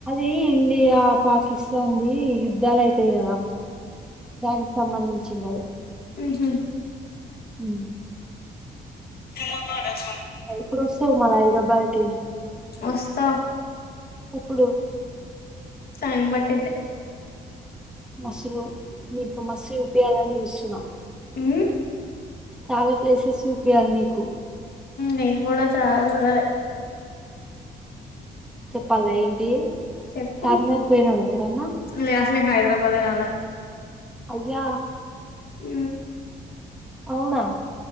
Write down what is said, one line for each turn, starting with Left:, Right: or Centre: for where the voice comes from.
Centre: ఈ ఇండియా పాకిస్తాన్ ది యుద్ధాలు అయితాయి గదా దానికి సంబంది చింది అది
Left: ఉహు
Centre: ఉ
Left: సినిమ <unintelligible>
Centre: ఇప్పుడు వాస్తవ మల హైదరాబాద్ కి
Left: వస్తా
Centre: ఎప్పుడు
Left: టైమ్ బట్టిది.
Centre: మసలు నీకు మసి చుపయాలని చూస్తున్నాం.
Left: ఊ
Centre: చాలా ప్లేసెస్ చూపియ్యాలి నీకు
Left: నేను కూడా చాలా చూడాలి.
Centre: చెప్పాలా ఏంటి.
Left: చెప్పు
Centre: చార్మినార్కి పోయినావ ఎప్పుడన్నా
Left: లే అసలు హైదరాబాదనా రాల
Centre: అయ్యా
Left: ఊ
Centre: అవునా